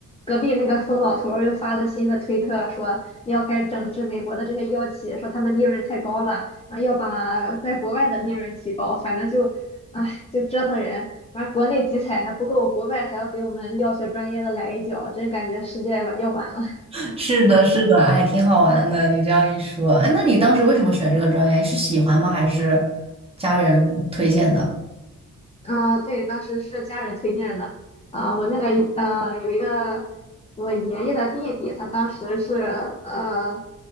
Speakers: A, on the left; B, on the right.
A: 隔壁那个疯老头儿又发了新的推特，说要开始整治美国的这些药企，说他们利润太高了，然后要把在国外的利润提高。反正就，唉，就折腾人。完，国内集采还不够，国外还要给我们药学专业的来一脚，真感觉世界要完了。
B: <laughs> 是的，是的。哎，挺好玩的，你这样一说，哎，那你当时为什么选这个专业？你是喜欢吗？还是家人推荐的？
A: 啊，呃对，当时是家人推荐的。啊、我那个呃，有一个我爷爷的弟弟，他当时是呃